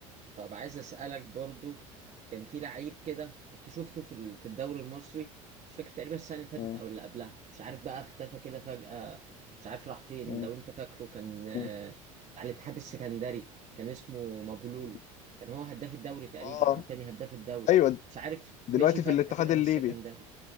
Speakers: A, on the right; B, on the left.
A: طب عايز اسالك برضو كان في لعيب كده كنت شفته في ال- في الدوري المصري مش فاكر تقريبا السنه اللي فاتت
B: م.
A: او اللي قبلها مش عارف بقى اختفى كده فجاه مش عارف راح فين
B: م.
A: لو انت فاكره كان آه،
B: م.
A: على الاتحاد السكندري كان اسمه مابولولو
B: م.
A: كان هو هداف الدوري تقريبا
B: اه
A: او تاني هداف الدوري
B: ايوه
A: مش عارف
B: دلوقتي
A: مشي فجاه
B: في الاتحاد
A: كده
B: الليبي
A: من السكندري